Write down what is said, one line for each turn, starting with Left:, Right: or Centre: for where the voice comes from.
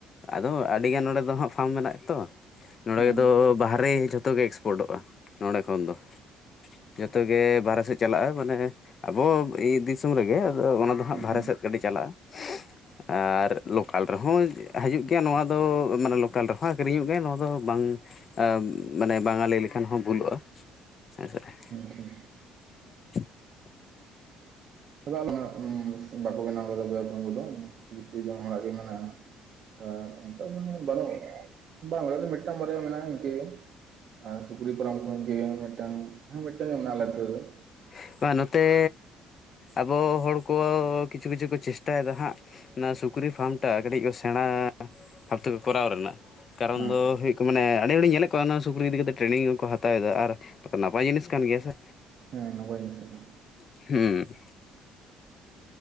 Left: ᱟᱫᱚ ᱟᱹᱰᱤᱜᱟᱱ ᱱᱚᱰᱮ ᱫᱚ ᱦᱟᱸᱜ ᱯᱷᱟᱨᱢ ᱢᱮᱱᱟᱜ-ᱟ ᱛᱚ ᱱᱚᱰᱮ
Right: ᱦᱮᱸ
Left: ᱜᱮᱫᱚ ᱵᱟᱦᱨᱮ ᱡᱷᱚᱛᱚᱜᱮ ᱮᱠᱥᱯᱳᱰᱚᱜ-ᱟ ᱱᱚᱰᱮ ᱠᱷᱚᱱ ᱫᱚ᱾ ᱡᱚᱛᱚᱜᱮ ᱵᱟᱨᱦᱮ ᱥᱮᱫ ᱪᱟᱞᱟᱜ-ᱟ ᱢᱟᱱᱮ ᱟᱵᱚ ᱤ ᱫᱤᱥᱚᱢ ᱨᱮᱜᱮ ᱟᱫᱚ ᱚᱱᱟ ᱫᱚ ᱫᱚ ᱦᱟᱸᱜ
Right: ᱦᱮᱸ
Left: ᱵᱷᱟᱨᱦᱮ
Right: ᱦᱮᱸ ᱦᱮᱸ
Left: ᱥᱮᱫ ᱜᱟᱹᱰᱤ ᱪᱟᱞᱟᱜ-ᱟ᱾ ᱟᱨ ᱞᱳᱠᱟᱞ ᱨᱮᱦᱚᱸ ᱦᱟᱡᱩᱜ ᱜᱮᱭᱟ ᱱᱚᱣᱟ ᱫᱚ ᱢᱟᱱᱮ ᱞᱳᱠᱟᱞ ᱨᱮᱦᱚᱸ ᱟᱠᱷᱨᱤᱧᱚᱜ ᱜᱮᱭᱟ ᱱᱚᱣᱟ ᱫᱚ ᱵᱟᱝ ᱟ ᱢᱟᱱᱮ ᱵᱟᱝᱟ ᱞᱟᱹᱭ ᱞᱮᱠᱷᱟᱱ ᱦᱚᱸ ᱵᱷᱩᱞᱚᱜ-ᱟ ᱦᱮᱸᱥᱮ ᱵᱟᱝ᱾
Right: ᱴᱷᱤᱠ
Left: <inaudible>
Right: ᱛᱚᱵᱮ ᱟᱞᱮ ᱱᱟᱜ ᱩᱸ ᱵᱟᱠᱚ ᱵᱮᱱᱟᱣ ᱠᱟᱫᱟ ᱵᱚᱭᱞᱥᱨ ᱯᱷᱚᱨᱢ ᱠᱚᱫᱚ ᱢᱟᱱᱮ ᱠᱤᱪᱷᱩ ᱠᱤᱪᱷᱩ ᱡᱚᱱ ᱦᱚᱲᱟ ᱜᱮ ᱢᱮᱱᱟᱜ-ᱟ᱾ ᱟᱨ ᱚᱱᱠᱟ ᱢᱟᱱᱮ ᱵᱟᱹᱱᱩᱜ ᱟᱠᱟᱜ ᱟ ᱵᱟᱝ ᱟᱞᱮ ᱫᱚ ᱢᱤᱫᱴᱟᱝ ᱵᱟᱨᱭᱟ ᱢᱮᱱᱟᱜ-ᱟ ᱤᱱᱠᱟᱹ ᱟᱨ ᱥᱩᱠᱨᱤ ᱯᱟᱨᱟᱢ ᱜᱚᱝᱠᱮ ᱢᱤᱫᱴᱟᱝ, ᱦᱮᱸ ᱢᱤᱫᱴᱟᱝ ᱜᱮ ᱢᱮᱱᱟᱜ ᱟᱞᱮ ᱟᱛᱩ ᱨᱮ ᱫᱚ ᱾
Left: ᱥ-ᱩ-ᱜ ᱵᱟᱝ ᱱᱚᱛᱮ, ᱟᱵᱚ ᱦᱚᱲ ᱠᱚ ᱠᱤᱪᱷᱩ ᱠᱤᱪᱷᱩ ᱠᱚ ᱪᱮᱥᱴᱟᱭᱮᱫᱟ ᱦᱟᱸᱜ ᱾ ᱚᱱᱟ ᱥᱩᱠᱨᱤ ᱯᱷᱟᱨᱢ ᱴᱟᱜ ᱠᱟᱹᱴᱤᱡ ᱠᱚ ᱥᱮᱸᱬᱟ ᱵᱷᱟᱵᱛᱮᱠᱚ ᱠᱚᱨᱟᱣ ᱨᱮᱱᱟᱜ ᱠᱟᱨᱚᱱ
Right: ᱦᱮᱸ
Left: ᱫᱚ ᱦᱩᱭ ᱢᱟᱱᱮ ᱟᱹᱰᱤ ᱦᱚᱲᱤᱧ ᱧᱮᱞᱮᱜ ᱠᱚᱣᱟ ᱚᱱᱟ ᱥᱩᱠᱨᱤ ᱤᱫᱤ ᱠᱟᱛᱮ ᱴᱨᱮᱱᱤᱝ ᱦᱚᱸᱠᱚ ᱦᱟᱛᱟᱣᱮᱫᱟ ᱟᱨ ᱱᱟᱯᱟᱭ ᱡᱤᱱᱤᱥ ᱠᱟᱱ ᱜᱮᱭᱟ ᱥᱮ
Right: ᱦᱮᱸ, ᱱᱟᱯᱟᱭ ᱡᱤᱱᱥ ᱠᱟᱱᱟ ᱾
Left: ᱦᱩ ᱾